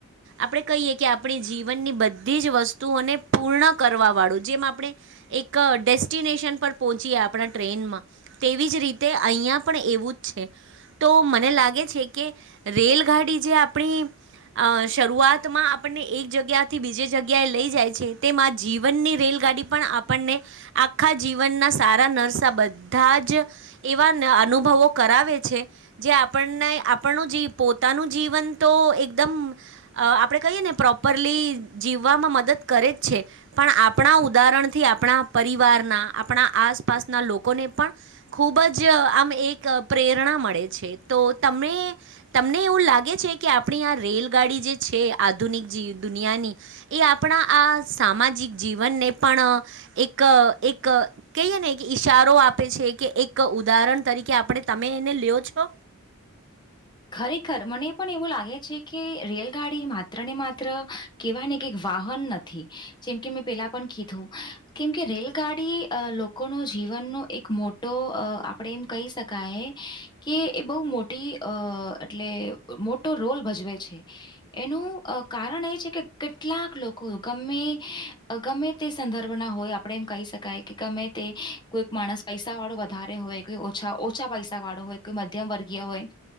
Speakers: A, on the right; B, on the left.
A: આપણે કહીએ કે આપણી જીવનની બધી જ વસ્તુઓને પૂર્ણ કરવા વાળું જેમ આપણે એક ડેસ્ટિનેશન પર પહોંચીએ આપણા ટ્રેનમાં તેવી જ રીતે અહીયાંયા પણ એવું જ છે. તો મને લાગે છે કે રેલગાડી જે આપણી અ શરૂઆતમાં આપણને એક જગ્યાથી બીજે જગ્યાએ લઈ જાય છે. તેમાં જીવનની રેલગાડી પણ આપણને આખા જીવનના સારા નરસા બધા જ એવા અનુભવો કરાવે છે જે આપણને આપણનું જ પોતાનું જીવન તો એકદમ અ આપણે કહીએ ને પ્રોપરલી જીવવામાં મદદ કરે જ છે પણ આપણા ઉદાહરણ થી આપણા પરિવારના આપણા આસપાસના લોકોને પણ ખૂબ જ આમ એક પ્રેરણા મળે છે તો તમે તમને એવું લાગે છે કે આપણી આ રેલગાડી જે છે આધુનિક જે દુનિયાની એ આપણા આ સામાજિક જીવનને પણ એક એક કહીએ ને કે ઈશારો આપે છે કે એક ઉદાહરણ તરીકે આપણે તમે એને લ્યો છો.
B: ખરેખર મને પણ એવું લાગે છે કે રેલગાડી માત્ર ને માત્ર કેવાય કે વાહન નથી જેમ કે મેં પેલા પણ કીધું કેમ કે રેલગાડી લોકોનો જીવનનો એક મોટો આપણે એમ કહી શકાય. કે એ બહુ મોટી અ એટલે મોટો રોલ ભજવે છે. એનું કારણ એ છે કે કેટલાક લોકો ગમે ગમે તે સંદર્ભના હોય આપણેે એમ કહી શકાય કે ગમે તે કોઈક માણસ પૈસા વાળો વધારે હોય. કોઈ ઓછા, ઓછા પૈસા વાળો હોય, કોઈ મધ્યમ વર્ગીય હોય.